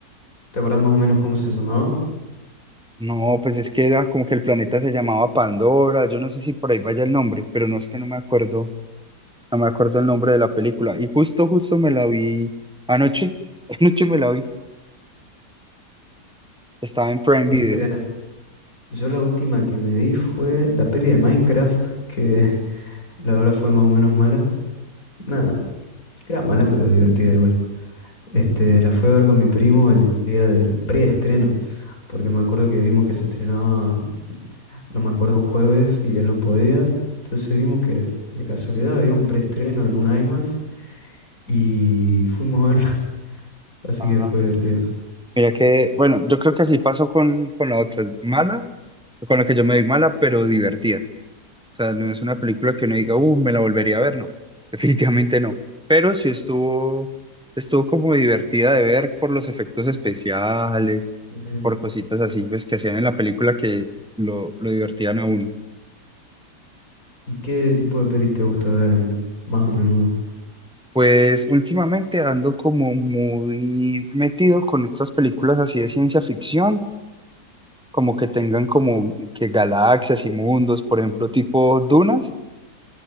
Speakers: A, on the left; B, in the centre.
A: te acordás más o menos cómo se llamaba?
B: No, pues es que era como que el planeta se llamaba Pandora. Yo no sé si por ahí vaya el nombre, pero no es que no me acuerdo, no me acuerdo el nombre de la película. Y justo, justo me la vi anoche. <laughs> Anoche me la vi. Estaba en Prime
A: Este,
B: Video.
A: yo la última que me vi fue la peli de Minecraft, que <laughs> la verdad fue más o menos mala. Nada, Era mala, pero divertida igual. Este, la fui a ver con mi primo el día del preestreno, porque me acuerdo que vimos que se estrenaba, no me acuerdo, un jueves y él no podía. Entonces vimos que de casualidad había un preestreno en un IMAX y fuimos a verla, <laughs> así
B: Ajá.
A: que fue divertido.
B: Mira que, bueno, yo creo que así pasó con, con la otra, mala, con la que yo me vi mala, pero divertida. O sea, no es una película que uno diga, uh, me la volvería a ver, no, <laughs> definitivamente no. Pero sí estuvo, estuvo como divertida de ver por los efectos especiales,
A: Ujú.
B: por cositas así, pues, que hacían en la película que lo, lo divertían a uno.
A: ¿Y qué tipo de pelis te gusta ver mm, más a menudo?
B: Pues últimamente ando como muy metido con estas películas así de ciencia ficción como que tengan como que galaxias y mundos, por ejemplo, tipo dunas.